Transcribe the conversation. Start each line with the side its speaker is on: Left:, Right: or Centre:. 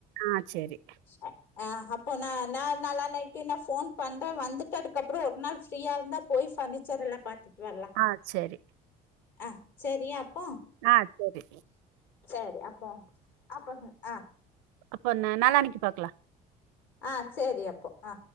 Right: ஆ செரி
Left: ஆ ஆ அப்போ நா நா நால்லா நாளைக்கி நா ஃபோன் பண்ற வந்துட்ட அதுக்கப்றோ ஒரு நாள் ஃப்ரீயா இருந்தா போய் ஃபர்னி சரல்லா பாத்துட் வர்லா
Right: ஆ சரி.
Left: ஆ செரியாப்பா
Right: ஆ சரி.
Left: சேரி அப்போ அப்ப ஆ
Right: அப்போ நா நாளான்னைக்கி பாக்கலா
Left: ஆ சேரி அப்போ ஆ